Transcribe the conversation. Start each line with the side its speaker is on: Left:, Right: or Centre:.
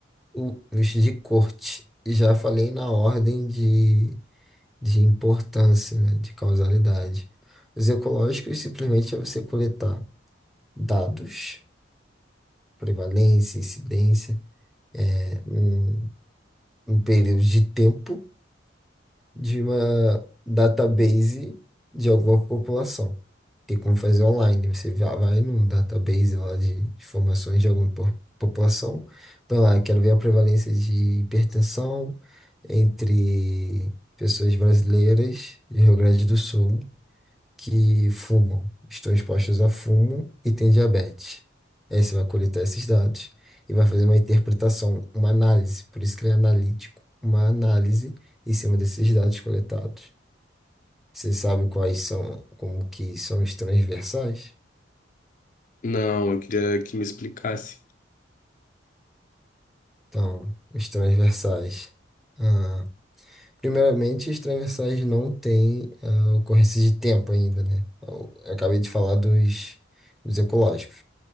Centre: o, os de corte. E já falei na ordem de importância, né, de causalidade. Os ecológicos simplesmente é você coletar dados, prevalência, incidência, né, um, um período de tempo de uma database de alguma população. Tem como fazer online, você va- vai num database lá de informações de alguma po- população, vai lá, quero ver a prevalência de hipertensão entre pessoas brasileiras do Rio Grande do Sul. que fumam, estão expostos a fumo e têm diabetes. Aí você vai coletar esses dados e vai fazer uma interpretação, uma análise, por isso que ele é analítico, uma análise em cima desses dados coletados. Você sabe quais são, como que são os transversais?
Left: Não, eu queria que me explicasse.
Centre: Então, os transversais. ah, primeiramente, os transversais não têm ah, ocorrência de tempo ainda, né? Eu eu acabei de falar dos, dos ecológicos.